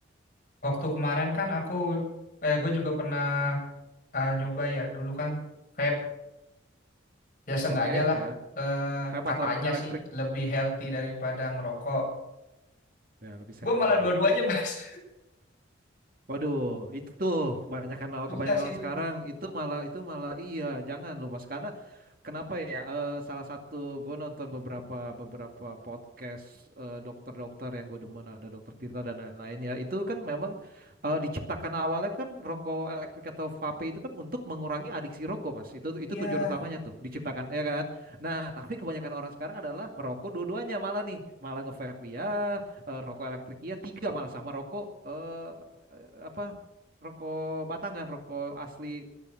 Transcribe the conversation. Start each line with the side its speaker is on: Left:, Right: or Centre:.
Left: Waktu kemarin kan aku, eh, gue juga pernah eh,
Right: Hmm.
Left: nyoba ya. Dulu kan vape, ya seenggaknya
Right: oke
Left: lah
Right: ya
Left: eh,
Right: vape
Left: katanya
Right: atau rokok elektrik
Left: sih lebih healthy
Right: Mm,
Left: daripada ngerokok.
Right: Ya, lebih
Left: Gue
Right: sehat
Left: malah
Right: ya.
Left: dua-duanya <laughs> mas.
Right: Waduh, itu tuh kebanyakan
Left: Susah
Right: kebanyakan
Left: sih
Right: orang
Left: itu.
Right: sekarang itu malah itu malah iya, jangan lu Mas karena kenapa ya? eh, salah satu gue nonton beberapa beberapa podcast eh, dokter-dokter yang gue demen ada dokter Tirta dan lain-lain ya. Itu kan memang eh, diciptakan awalnya kan rokok elektrik atau vape itu kan untuk mengurangi adiksi rokok Mas. Itu itu
Left: Iya,
Right: tujuan utamanya tuh diciptakan ya kan. Nah, tapi kebanyakan orang sekarang adalah merokok dua-duanya malah nih, malah nge-vape ya, eh, rokok elektrik iya tiga malah sama rokok eh apa rokok batangan rokok asli